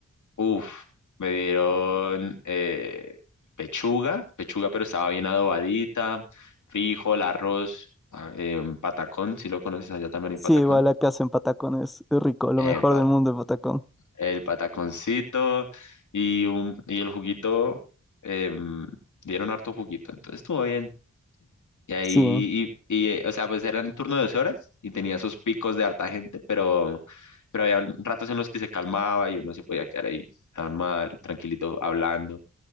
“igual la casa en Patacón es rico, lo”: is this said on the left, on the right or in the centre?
Centre